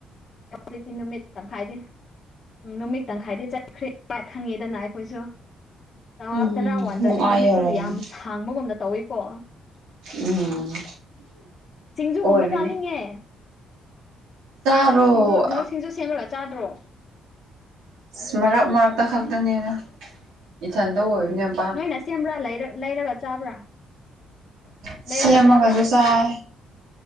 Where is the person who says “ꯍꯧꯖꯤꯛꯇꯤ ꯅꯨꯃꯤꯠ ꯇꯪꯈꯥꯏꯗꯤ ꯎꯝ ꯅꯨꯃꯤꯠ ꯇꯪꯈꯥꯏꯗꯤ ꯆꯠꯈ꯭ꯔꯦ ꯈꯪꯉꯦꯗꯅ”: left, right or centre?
Left